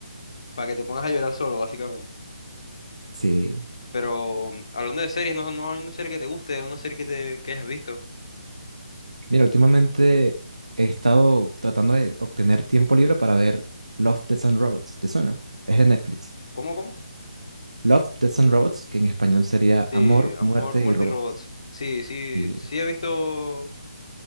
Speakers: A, on the left; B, on the right.
A: para que te pongas a llorar solo, básicamente.
B: Sí,
A: Pero mm, hablando de series, no, no hay una serie que te guste, una serie que, te, que hayas visto.
B: mira, últimamente he estado tratando de obtener tiempo libre para ver Love, Death and Robots, ¿te suena? Es de Netflix.
A: ¿Cómo, cómo?
B: Love, Death and Robots, que en español sería
A: Sí,
B: Amor,
A: Amor,
B: Muerte
A: Muerte
B: y Robots.
A: y Robots. Sí, sí,
B: Sí.
A: sí he visto,